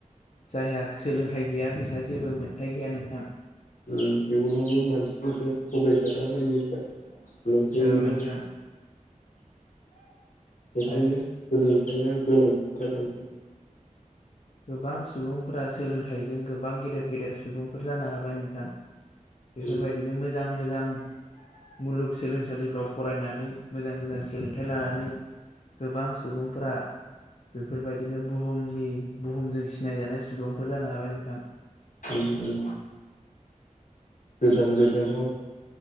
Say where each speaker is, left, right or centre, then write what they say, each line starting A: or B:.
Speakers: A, on the left (about 55°); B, on the left (about 75°).
A: जायहा सोलोंथाइ गैया बेहा जेबो मोनथाय आय गैया नोंथां
B: उम इयुनावबो मानसिफोरजों थगायजाला बायो फाय <unintelligible>
A: औ नोंथां
B: बेखायनो
A: आजि
B: सोलोंथाया गोनां जादों नोंथां
A: गोबां सुबुंफोरा सोलोंथाइजों गोबां गेदेर गेदेर सुबुंफोर जानो हाबाय नोंथां बेफोरबायदिनो
B: उम
A: मोजां मोजां मुलुग सोलों सालिफ्राव फरायनानै मोजां मोजां सोलोंथाइ लानानै गोबां सुबुंफोरा बेफोरबायदिनो बुहुमनि बुहुमजों सिनायजानाय सुबुंफोर जानो हाबाय नोंथां
B: उम उम गोजान गोजानाव